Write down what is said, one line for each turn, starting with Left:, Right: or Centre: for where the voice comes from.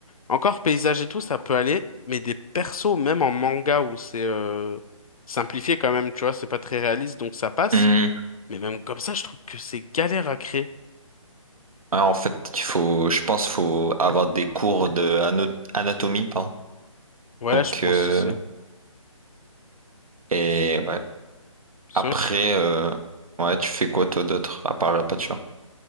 Left: encore paysage et tout, ça peut aller. Mais des persos, même en manga où c'est euh, simplifié quand même, tu vois, c'est pas très réaliste, donc ça passe.
Right: Hmm.
Left: Mais même comme ça, je trouve que c'est galère à créer.
Right: Ouais, en fait, il faut, je pense, faut avoir des cours de ano- anatomie, pardon.
Left: Ouais,
Right: Donc,
Left: je pense
Right: euh,
Left: aussi.
Right: et ouais.
Left: C'est
Right: Après,
Left: vrai,
Right: euh, ouais, tu fais quoi toi d'autre à part la peinture?